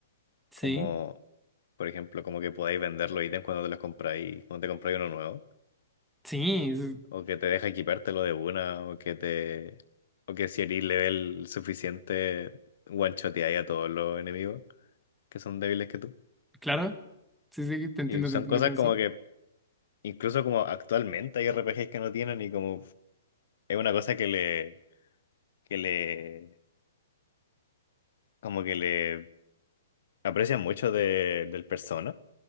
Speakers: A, in the centre; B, on the left.
A: Sí,
B: Como, por ejemplo, como que podáis vender los ítems cuando te los compráis, cuando te compráis uno nuevo.
A: sí, sí,
B: O que te deja equipártelo de una, o que te. O que si eres level suficiente, one-shoteáis a todos los enemigos que son débiles que tú.
A: claro. Sí, sí, te entiendo,
B: Y son
A: te entiendo
B: cosas
A: con eso.
B: como que incluso como actualmente hay RPGs que no tienen y como es una cosa que le, que le, como que le aprecian mucho de, del Persona,